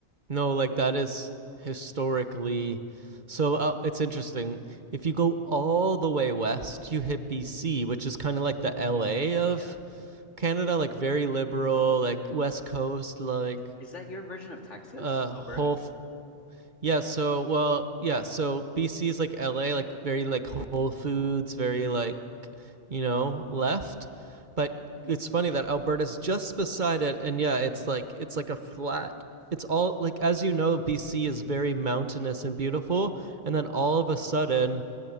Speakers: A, on the right; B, on the left.
A: no, like that is historically so uh, it's interesting. If you go all the way west, you hit BC, which is kind of like the LA of
B: Yeah.
A: Canada like very liberal, like West Coast, like
B: Is that your version of Texas,
A: uh whole.
B: Alberta?
A: F- yeah, so well, yeah, so BC's like LA, like very like Whole Foods, very like you know left. But it's funny that Alberta's just beside it, and yeah, it's like it's like a flat. It's all like as you know, BC is very mountainous and beautiful, and then all of a sudden,